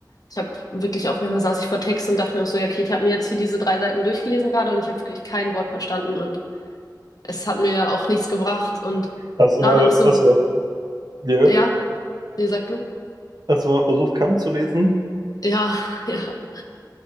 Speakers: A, on the left; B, on the right.
A: ich habe wirklich auch manchmal saß ich vor Text und dachte mir auch so, ja, okay, ich habe mir jetzt hier diese drei Seiten durchgelesen gerade und ich habe wirklich kein Wort verstanden und es hat mir auch nichts gebracht. Und
B: Erstmal,
A: gerade auch so,
B: erstmal, yeah.
A: ja, nee, sag du.
B: erstmal versucht, Kant zu lesen.
A: Ja, ja,